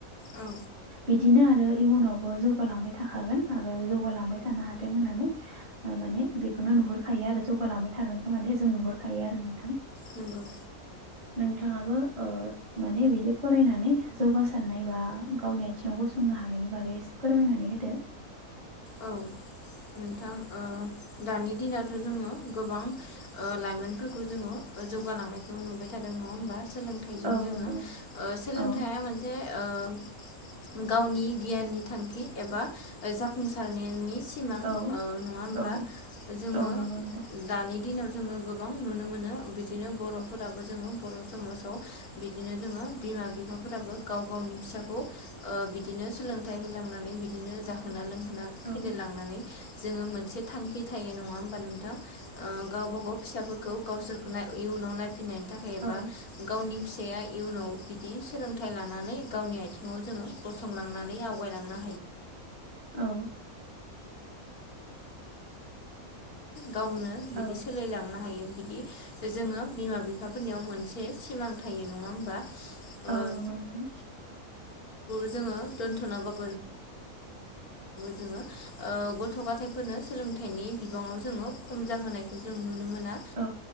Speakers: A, on the left; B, on the right.
A: औ
B: बिदिनो आरो इयुनावबो जौगालांबाय थाखागोन आरो जौगालांबाय थानो हाथों होननानै ओ माने बेखौनो नुहुरखायो आरो जौगालांबाय थागोनखौ माने जों नुहुरखायो आरो नों
A: नांगौ
B: नोंथाङाबो ओ माने बिदि फरायनानै जौगासारनाय बा गावनि आथिङाव गसंनाय हानायनि बागै एसे फोरमायनानै होदो
A: औ नोंथां ओ दानि दिनावथ' जोङो गोबां ओ लाइमोनफोरखौ जोङो जौगालांनायखौ नुबाय थादों नङा होमबा सोलोंथाइजों
B: औ
A: जोङो
B: नंगौ
A: ओ सोलोंथायाइा
B: औ
A: मोनसे ओ गावनि गियाननि थांखि एबा जाफुंसारनायनि सिमां
B: औ
A: ओ नङा हबा
B: औ
A: जोङो
B: औ नंगौ नोंथां
A: दानि दिनाव जोङो गोबां नुनो मोनो बिदिनो बर'फोराबो जोङो बर' समाजाव बिदिनो जोङो बिमा बिफाफोराबो गाव गावनि फिसाखौ ओ बिदिनो सोलोंथाइ होलांनानै बिदिनो जाहोना लोंहो ना
B: औ
A: फेदेरलांनानै जोङो मोनसे थांखि थायो नङा होमबा नोंथां ओ गावबा गाव फिसाफोरखौ गावसोरखौ नाय इयुनाव नायफिननायनि थाखाय
B: औ
A: एबा गावनि फिसाया इयुनाव बिदि सोलोंथाइ लानानै गावनि आथिङाव जोङो गसंलांनानै आवगायलांनो
B: औ
A: <inaudible> गावनो बिदि
B: औ
A: सोलायलांनो हायो <inaudible> ओ
B: औ नंगौ नोंथां
A: <inaudible> ओ नाबो जोङो गथ' गथायफोरनो सोलोंथाइनि बिबाङाव जोङो खम जाहोनायखौ जों नुनो मोनो
B: औ